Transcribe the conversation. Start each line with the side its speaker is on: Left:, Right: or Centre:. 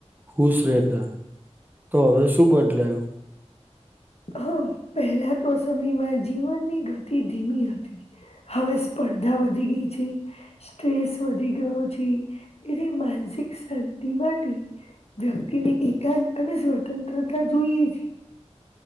Right: ખુશ રહેતા. તો હવે શું બદલાયું?
Left: હા, પહેલા તો સમયમાં જીવનની ગતિ ધીમી હતી. હવે સ્પર્ધા વધી ગઈ છે. સ્ટ્રેસ વધી ગયો છે. એની માનસિક શાંતિ માટે વ્યક્તિને એકાદ અને સ્વતંત્રતા જોઈએ છે.